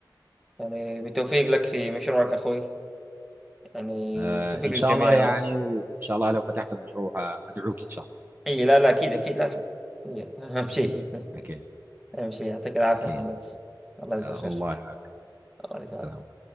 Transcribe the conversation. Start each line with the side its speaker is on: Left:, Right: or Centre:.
Centre: يعني بالتوفيق لك في مشروعك اخوي يعني
Right: آه
Centre: بالتوفيق
Right: ان
Centre: للجميع
Right: شاء الله يعني
Centre: يا رب
Right: وان شاء الله لو فتحت المشروع ادعوك ان شاء الله
Centre: اي لا لا اكيد اكيد لازم إي، اهم شيء <laughs>
Right: اكيد
Centre: اهم شيء يعطيك العافيه
Right: اكيد
Centre: يا محمد الله يجزاك
Right: آه،
Centre: خير
Right: الله يعافيك
Centre: الله يجزاك
Right: سلام